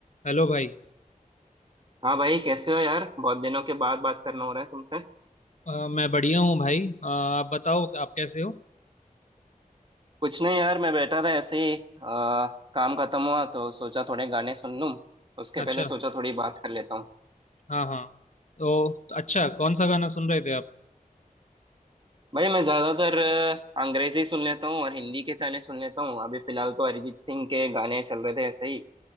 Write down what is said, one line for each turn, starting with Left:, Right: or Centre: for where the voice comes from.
Left: हेलो भाई
Right: हाँ भाई कैसे हो यार बहुत दिनों के बाद बात करना हो रहा है तुमसे
Left: अ, मैं बढ़िया हूँ भाई अ, आप बताओ आप कैसे हो
Right: कुछ नहीं यार मैं बैठा था ऐसे ही आ, काम खत्म हुआ तो सोचा थोड़े गाने सुन लूँ उसके पहले
Left: अच्छा
Right: सोचा थोड़ी बात कर लेता हूँ
Left: हाँ हाँ तो तो अच्छा कौन सा गाना सुन रहे थे आप
Right: भाई मैं ज्यादातर अ, अंग्रेजी सुन लेता हूँ और हिंदी के गाने सुन लेता हूँ अभी फिलहाल तो अरिजीत सिंह के गाने चल रहे थे ऐसे ही